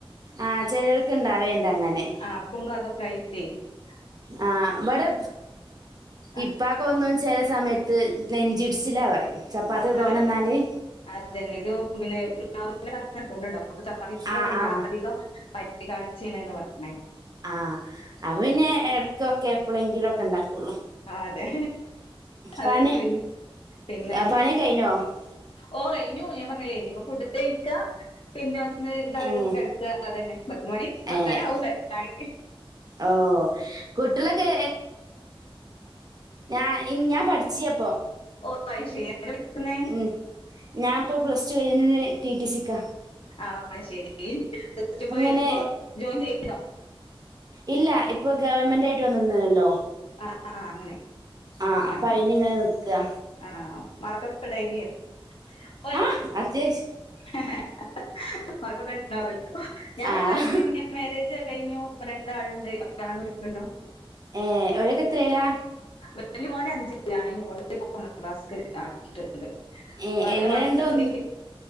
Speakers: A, on the right; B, on the left.
A: ആ ചിലവൾക്ക് ഇണ്ടാവേണ്ട അങ്ങനെ
B: ആഹ് പൊങ്ങ അതക്കെ <unintelligible> കയ്േ <unintelligible>
A: ആ ഇവിടെ
B: ആ,
A: ഇപ്പൊക്കെ ഒന്ന് ചില സമയത്ത് നെഞ്ചിഇടിച്ചില്ലെന്നു പറയും ചപ്പാത്തി
B: ആ
A: തോനെന്നാല്
B: അതെ അതെ തന്നെ ഇത് പിന്നെ ന ആൊണ്ണ ഡോ <unintelligible> അപ്പൊ ചപ്പാത്തിയും കൂടെ
A: ആ
B: തിന്നാൽ
A: ആ
B: അധികം കാളിച്ചീണ എന്ന് പറയാ
A: ആഹ അ പിന്നെ ഇടക്കൊക്കെ എപ്പോളെങ്കില ഒക്കെണ്ട ള
B: ആ, അതെ അതന്നെ
A: പന
B: പിന്നെ പിന്നെ
A: ആ പന കഴനോ <unintelligible>
B: ഓ കഴിഞ്ഞു ഞാൻ പറഞ്ഞല്ലേ ഇനിപ്പ ഫുഡ് കഴക്ക പിന്നെ ഒന്ന് ഇതായി
A: ഏഹ്
B: ഒന്ന് കിടക്ക അത തന്നെ പത്തുമണി പത്തര
A: ഏഹ്
B: ആവും കടക്കാന്
A: ഓഹ് കുട്ടികളൊക്കെ ഞാ ഞാൻ പഠിച്ചപ്പൊ
B: ഓ അത് ശരി എവിടെ ഇരിക്കുന്നേ
A: ഉം ഞാനിപ്പോ പ്ലസ്ടു കഴിഞ്ഞന്ന് ടി ടി സിക്ക
B: ആ ശരി കഴിഞ്ഞപ്പോ
A: ഇങ്ങനെ
B: ജോയിൻ ചെയ്യ ഹലോ <unintelligible>
A: ഇല്ല ഇപ്പൊ ഗവൺമെന്റായിട്ട് വന്നിന്നല്ലോ
B: ആ ആ, ആ അങ്ങനെ
A: ആഹ അപ്പൊ
B: ആ
A: അയിനി ഇങ്ങനെ നിക്കുക
B: ആ മാർക്കൊക്കെ ഡൈരിയ ആ
A: ആഹ് അത്യാവശ്യം
B: <unintelligible> ർക്കൊക്കെ <unintelligible> ഉണ്ടാവല്ലോ ഞാൻ
A: ആഹ്
B: പിന്നെ മാരേജ് കഴിഞ്ഞു രണ്ട ആളുണ്ട് ഒരാണും ഒരു പെണ്ണും
A: ഏർ ഓരക്കെ എത്രേലാ
B: അ മോന് അഞ്ച് ആണ ഈ മോള് മൂന്നാംക്ലാസുംക്ക് ആ ആട്ട <unintelligible>
A: ഏഹ്
B: അപ്പൊ അവരെ
A: എങ്ങനെണ്ട്
B: മദ്രാസിന്റെ
A: ഒന്ന്